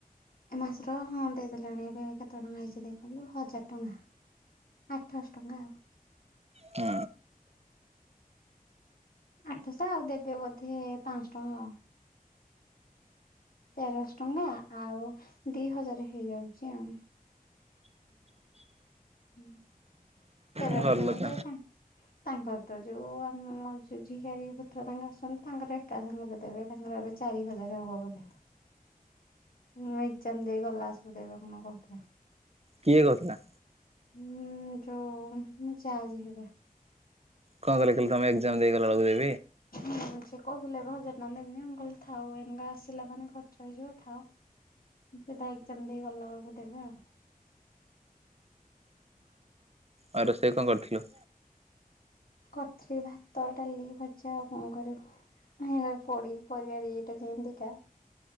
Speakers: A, on the left; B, on the right.
A: ଏ ମାସର ହଁ ଦେଇଦେଲାଣି ଏବେ କେତେ ଟଙ୍କା ହେଇଛି ଦେଖିଲୁ ହଜାର ଟଙ୍କା ଆଠଶ ଟଙ୍କା ଆଉ
B: ହୁଁ
A: ଆଠଶହ ଆଉ ଦେବେ ବୋଧେ ପାଆଁଶ ଟଙ୍କା ଆଉ ତେରଶହ ଟଙ୍କା ଆଉ ଦି ହଜାର ହେଇଯାଉଛି ଆଉ <inaudible> ତେରଶ
B: ଓହୋ
A: ଟଙ୍କା
B: ଭଲ ତ
A: ଯେ ତାଙ୍କ ତାଙ୍କର ତ ଯୋଉ ଆମ ଯୋଉ ଝିଆରୀ ପୁତୁରା ତାଙ୍କ ଆସିଛନ୍ତି ତାଙ୍କର ଏକା ସାଙ୍ଗରେ ଦେବେ ତାଙ୍କର ଏବେ ଚାରି ହଜାର ହବ ବୋଧେ ମୁଁ ଏକ୍ଜାମ ଦେଇ ଗଲା ମାସ କୁ ଦେବେ କଣ କହୁଥିଲେ।
B: କିଏ କହୁଥିଲା?
A: ହୁଁ ଯୋଉ ମୋ ଜା ଯିଏ ହେବେ
B: କଣ କହିଲେ ତମେ ଏକ୍ଜାମ ଦେଇଗଲାବେଳକୁ ଦେ
A: ହୁଁ ସେ କହୁ ଥିଲେ ଏବେ ହଜାର ଟଙ୍କା ଦେବ ଯେ କହିଲି ଥାଉ ଏଉନୁକା ଆସିଲା ମାନେ ଖର୍ଚ୍ଚ ହେଇଯିବ ଥାଉ ସେଟା ଏଜ୍ଜାମ୍ ଦେଇ ଗଲା ବେଳକୁ ଦେବେ ଆଉ
B: ଆ ରୋଷେଇ କଣ କରିଥିଲୁ?
A: କରିଥିଲି ଭାତ ଡାଲି ଭଜା ଆଉ କଣ କରିବୁ ହେ ପଡି ପରିବା ରେଟ ଟା ଯେତିକା